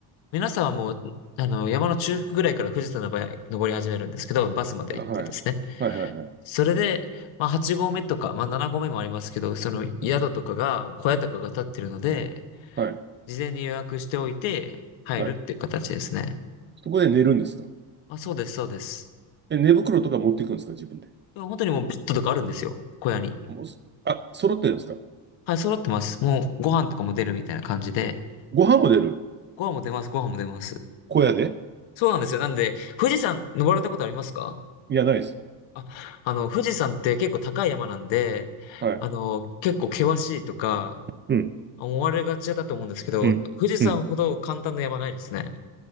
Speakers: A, on the left; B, on the right.
A: 皆さんはもう、あの、山の中腹ぐらいから富士山の場合、登り始めるんですけど、バスまで行ってですね。
B: あはい。はい、はい、はい。
A: それで、まあ8合目とか、まあ7合目もありますけど、その宿とかが、
B: うん。
A: 小屋とかが立ってるので、
B: はい、
A: 事前に予約しておいて入るっていう形ですね。
B: はい。そこで寝るんですか
A: あ、そうです、そうです。
B: え、寝袋とか持っていくんですか自分で。
A: でも本当にもうベッドとかあるんですよ、小屋に。
B: もうす、あ、揃ってるんですか
A: はい、揃ってます。もうご飯とかも出るみたいな感じで。
B: ご飯も出る
A: ご飯も出ます、ご飯も出ます。
B: 小屋で
A: そうなんですよ。なんで、富士山登られたことありますか
B: いや、ないです。
A: あ、あの、富士山って結構高い山なんで、
B: はい。
A: あの、結構険しいとか、
B: うん、
A: 思われがちだと思うんですけど、
B: うん、
A: 富士山ほど簡単な山ないですね。
B: うん。